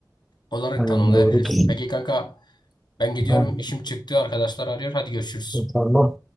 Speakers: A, on the left (about 75°); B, in the centre.
A: olarak
B: Yani
A: tanımlayabiliriz.
B: doğrudur.
A: Peki kanka ben gidiyorum
B: Ha,
A: işim çıktı arkadaşlar arıyor hadi görüşürüz.
B: Tamam.